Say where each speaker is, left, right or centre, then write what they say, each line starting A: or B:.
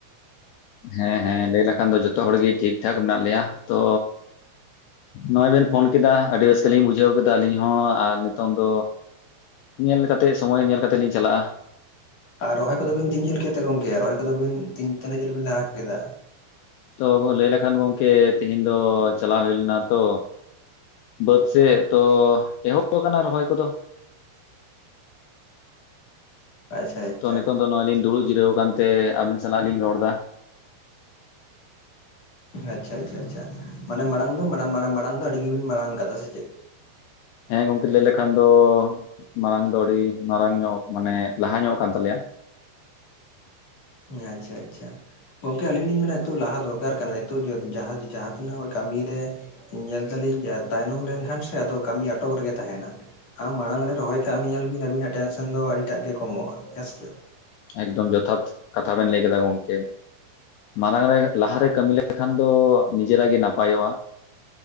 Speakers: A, on the left (about 80°); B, on the left (about 45°).
A: ᱦᱮᱸ ᱦᱮᱸ ᱞᱟᱹᱭ ᱞᱮᱠᱷᱟᱱ ᱫᱚ ᱡᱚᱛᱚ ᱦᱚᱲ ᱜᱮ ᱴᱷᱤᱠ ᱴᱷᱟᱠ ᱢᱮᱱᱟᱜ ᱞᱮᱭᱟ ᱛᱚ ᱱᱚ-ᱜᱚᱭ ᱵᱮᱱ ᱯᱷᱳᱱ ᱠᱮᱫᱟ ᱟᱹᱰᱤ ᱨᱟᱹᱥᱠᱟᱹ ᱞᱤᱧ ᱵᱩᱡᱷᱟᱹᱣ ᱠᱮᱫᱟ ᱟᱹᱞᱤᱧ ᱦᱚᱸ ᱟᱨ ᱱᱤᱛᱚᱝ ᱫᱚ ᱧᱮᱞ ᱠᱟᱛᱮᱫ ᱥᱚᱢᱚᱭ ᱧᱮᱞ ᱠᱟᱛᱮᱫ ᱞᱤᱧ ᱪᱟᱞᱟᱜᱼᱟ᱾
B: ᱟᱨ ᱨᱚᱦᱚᱭ ᱠᱚᱫᱚ ᱵᱤᱱ ᱛᱤᱱ ᱡᱷᱟᱹᱞ ᱠᱮᱫᱟ ᱜᱚᱝᱠᱮ? ᱨᱚᱦᱚᱭ ᱠᱚᱫᱚ ᱵᱤᱱ ᱛᱤᱱ ᱛᱤᱱᱟᱹᱜ ᱡᱷᱟᱹᱞ ᱵᱤᱱ ᱞᱟᱦᱟ ᱠᱮᱫᱟ?
A: ᱛᱚ ᱞᱟᱹᱭ ᱞᱮᱠᱷᱟᱱ ᱜᱚᱢᱠᱮ ᱛᱤᱦᱤᱧ ᱫᱚ ᱪᱟᱞᱟᱣ ᱦᱩᱭ ᱞᱮᱱᱟ ᱛᱚ ᱵᱟᱹᱫᱽ ᱥᱮᱫ ᱛᱚ ᱮᱦᱚᱵ ᱟᱠᱟᱱᱟ ᱨᱚᱦᱚᱭ ᱠᱚᱫᱚ᱾
B: ᱟᱪᱪᱷᱟ ᱟᱪᱪᱷᱟ
A: ᱛᱚ ᱱᱤᱛᱚᱝ ᱫᱚ ᱱᱚᱜ-ᱚᱭ ᱞᱤᱧ ᱫᱩᱲᱩᱵ ᱡᱤᱨᱟᱹᱣ ᱟᱠᱟᱱᱛᱮ ᱟᱵᱤᱱ ᱥᱟᱞᱟᱜ ᱞᱤᱧ ᱨᱚᱲ ᱫᱟ
B: ᱟᱪᱪᱷᱟ ᱟᱪᱪᱷᱟ ᱟᱪᱪᱷᱟ ᱢᱟᱱᱮ ᱢᱟᱲᱟᱝ ᱫᱚ ᱢᱟᱲᱟᱝ ᱢᱟᱲᱟᱝ ᱫᱚ ᱟᱹᱰᱤ ᱜᱮ ᱵᱤᱱ ᱢᱟᱲᱟᱝ ᱠᱟᱫᱟ ᱥᱮ ᱪᱮᱫ?
A: ᱦᱮᱸ ᱜᱚᱢᱠᱮ ᱞᱟᱹᱭ ᱞᱮᱠᱷᱟᱱ ᱫᱚ ᱢᱟᱲᱟᱝ ᱫᱚ ᱟᱹᱰᱤ ᱢᱟᱨᱟᱝ ᱧᱚᱜ ᱢᱟᱱᱮ ᱞᱟᱦᱟ ᱧᱚᱜ ᱠᱟᱱ ᱛᱟᱞᱮᱭᱟ᱾
B: ᱟᱪᱪᱷᱟ ᱟᱪᱪᱷᱟ ᱜᱚᱢᱠᱮ ᱟᱞᱤᱧ ᱞᱤᱧ ᱢᱮᱱᱟ ᱱᱤᱛᱚᱜ ᱞᱟᱦᱟ ᱫᱚᱨᱠᱟᱨ ᱠᱟᱱᱟ ᱱᱤᱛᱚᱜ ᱡᱟᱦᱟᱸ ᱡᱟᱦᱟᱸ ᱛᱤᱱᱟᱹᱜ ᱠᱟᱹᱢᱤᱨᱮ ᱧᱮᱞ ᱫᱟᱞᱤᱧ ᱛᱟᱭᱱᱚᱢ ᱞᱮᱱᱠᱷᱟᱱ ᱥᱮ ᱟᱫᱚ ᱠᱟᱹᱢᱤ ᱟᱴᱚᱠ ᱨᱮᱜᱮ ᱛᱟᱦᱮᱱᱟ ᱟᱢ ᱢᱟᱲᱟᱝ ᱨᱮ ᱨᱚᱦᱚᱭ ᱠᱟᱜ ᱢᱮ ᱧᱮᱞ ᱵᱤᱱ ᱟᱵᱤᱱᱟᱜ ᱴᱮᱱᱥᱮᱱ ᱫᱚ ᱟᱹᱰᱤᱴᱟᱜ ᱜᱮ ᱠᱚᱢᱚᱜᱼᱟ ᱦᱮᱸ ᱥᱮ ᱪᱮᱫ?
A: ᱮᱠᱫᱚᱢ ᱡᱚᱛᱷᱟᱛ ᱠᱟᱛᱷᱟ ᱵᱮᱱ ᱞᱟᱹᱭ ᱠᱮᱫᱟ ᱜᱚᱢᱠᱮ᱾ ᱢᱟᱲᱟᱝ ᱨᱮ ᱞᱟᱦᱟᱨᱮ ᱠᱟᱹᱢᱤ ᱞᱮᱱᱠᱷᱟᱱ ᱫᱚ ᱱᱤᱡᱮᱨᱟᱜ ᱜᱮ ᱱᱟᱯᱟᱭᱚᱜᱼᱟ᱾